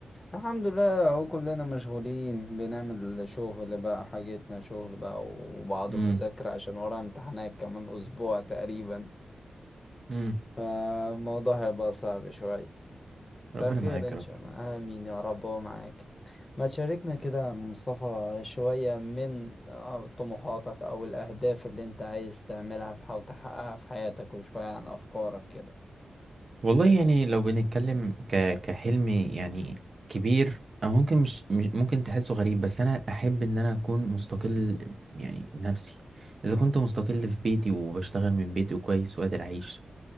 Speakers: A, on the left; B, on the right.
A: الحمد لله اهو كلنا مشغولين بنعمل شغل بقى حاجتنا شغل بقى وبعض
B: امم
A: المذاكرة عشان ورا امتحانات كمان اسبوع تقريبا
B: امم
A: فالموضوع هيبقى صعب شوية فخير
B: ربنا معاك
A: ان
B: يا
A: شاء
B: رب
A: الله امين يا رب ومعاك ما تشاركنا كده مصطفى شوية من آه، طموحاتك او الاهداف اللي انت عايز تعملها في او تحققها في حياتك وشوية عن افكارك كده
B: والله يعني لو بنتكلم ك... كحلم يعني كبير او ممكن مش مش- ممكن تحسه غريب بس انا احب ان انا اكون مستقل يعني بنفسي اذا كنت مستقل في بيتي وبشتغل من بيتي وكويس وقادر اعيش